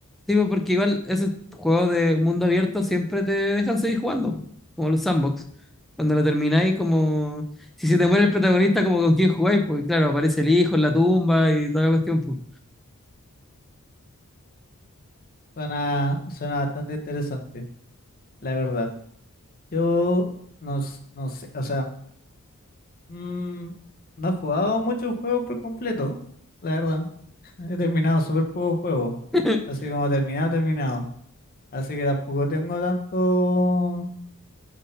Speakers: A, in the centre; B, on the left.
A: sí, pues, porque igual esos juegos de mundo abierto siempre te dejan seguir jugando, como los sandbox. Cuando lo termináis, como si se te muere el protagonista, como con quién jugáis, pues claro, aparece el hijo en la tumba y toda la cuestión, pues.
B: suena, suena bastante interesante, la verdad. Yo no, s- no sé, o sea, mm, no he jugado muchos juegos por completo, la verdad. He terminado súper pocos juegos.
A: <laughs>
B: Así como terminado, terminado. Así que tampoco tengo tanto,